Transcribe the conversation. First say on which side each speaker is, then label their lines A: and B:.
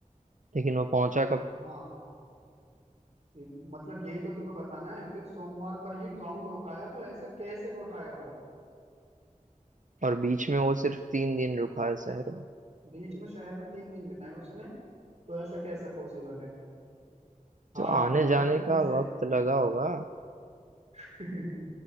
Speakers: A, on the right (about 65°); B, on the right (about 50°).
A: लेकिन वो पहुंचा
B: आ,
A: कब
B: हाँ ये- मतलब यही तो तुम्हें बताना है फिर सोमवार पर ही गांव लौट आया तो ऐसा कैसे लौट आया वो
A: और बीच में वो सिर्फ तीन दिन रुका है शहर में
B: बीच में शहर में तीन दिन बिताए उसने तो ऐसा कैसे पॉसिबल है
A: तो
B: हार
A: आने
B: मान लो
A: जाने
B: भाई जल्दी
A: का
B: से
A: वक्त लगा होगा
B: <laughs>